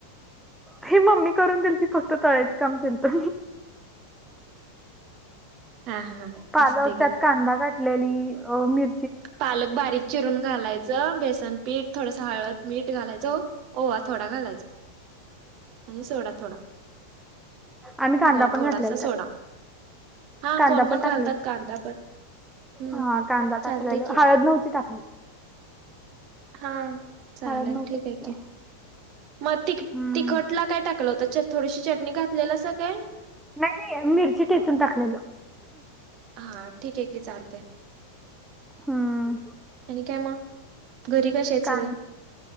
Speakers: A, in the centre; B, on the right.
A: ही मम्मी करून दिल ती फक्त तळायचं काम केल तर.
B: हा हा.
A: पालक
B: असं दे
A: त्यात कांदा घाठलेली मिर
B: पलक बारीक च. ून घालायचं बेसन पीठ थोडस हळद मीठ घालायचं ओवा थोडा घालायचा. <inaudible> आणि सोडा थोडा
A: आम्ही कांदा
B: हो
A: पण
B: थोडासा
A: घातलेला त्यात
B: सोडा. हा
A: कांदा
B: कोण कोण
A: पण टाकलेला
B: घालतात कांदापत हम्म.
A: हा कांदा
B: चालतय
A: टाकलेला
B: की
A: हळद नव्हती टाकली.
B: हा चालेल
A: हळद नव्हतं
B: ठीक
A: टाकलं
B: आहे क मग ति
A: हम्म.
B: तिखटला काय टाकलं होत थोडीशी चटणी घातले अस काय?
A: नाही नाही मिरची टेचून टाकलेल.
B: हा ठीक आहे की चालतय
A: हम्म.
B: आणि काय मग घरी कसे आहेत
A: काय
B: सगळे?